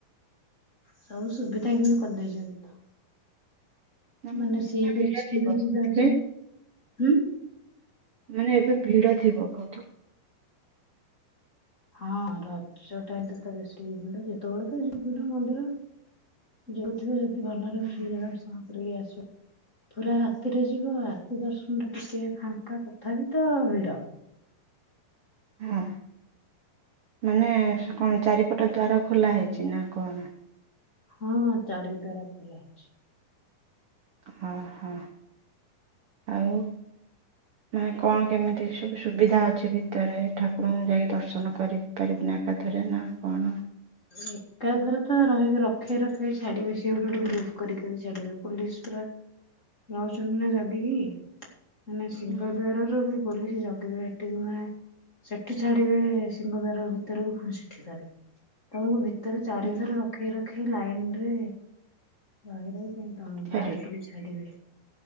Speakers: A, on the left; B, on the right.
A: ସବୁ ସୁବିଧା କିନ୍ତୁ କରିଦେଇଛନ୍ତି ତ।
B: ନା
A: ମାନେ ସେଇ
B: ନା ଭିଡ
A: ବିଚ
B: ଥିବ
A: କେ ବି ଯିବା
B: ଏବେ
A: ପାଇଁ ହୁଁ।
B: ମାନେ ଏବେ ଭିଡ ଥିବ ବହୁତୁ।
A: ହଁ ରଜ ଟା ତ ବେଶୀ ଭିଡ ଯେତେବେଳେ ଯିବ ଦେଖ ଭିଡ ମନ୍ଦିର। ଯୋଉଥିବ ଯଦି ଭଲରେ
B: ହୁଁ
A: ଫ୍ରି ରେ
B: ହୁଁ।
A: ଦର୍ଶନ କରିବ ଆସିବ। ପୁରା ରାତିରେ ଯିବ ରାତି ଦର୍ଶନ ଟା ଟିକେ ଫାଙ୍କା ତଥାପି ତ ଭିଡ।
B: ହଁ ମାନେ ସେ କଣ ଚାରିପଟ ଦ୍ୱାର ଖୋଲା ହେଇଛି ନା କଣ?
A: ହଁ ଚାରି ଦ୍ୱାର ଖୋଲା ହେଇଚି।
B: ହଁ ହଁ ଆଉ।
A: ହଁ
B: ମାନେ କଣ କେମିତି ସବୁ ସୁବିଧା ଅଛି ଭିତରେ ଠାକୁରଙ୍କୁ ଯାଇକି ଦର୍ଶନ କରିପାରିବୁନା? ଏକା ଥରେ ନା ଆଉ କଣ?
A: ଏକା ଘରେ ତ ରହିକି ରଖେଇ ରଖେଇ ଛାଡିବେ ସେ ଗୋଟେ ଗୋଟେ ଗ୍ରୁପ କରିିକି ଛାଡିବେ। ପୋଲିସ ପୁରା ରହୁଛନ୍ତି ନା ଜଗିକି ମାନେ ସିଂହ
B: ହୁଁ।
A: ଦ୍ୱାରରୁ ବି ବୁଲିକି ଜଗିବେ ହେଠି ବି ମାନେ ସେଠୁ ଛାଡିବେ ସିଂହଦ୍ୱାର ଭି ଭିତରକୁ ଫୁଣି ସେଠି ଥରେ ତମକୁ ଭିତରେ ଚାରିଥର
B: ହୁଁ
A: ରଖେଇ ର ଖେଇ ଲାଇନ ରେ ରହି ରହି ଫୁଣି ତମକୁ
B: ଛାଡିବେ
A: ଲାଷ୍ଟ କୁ ଛାଡିବେ।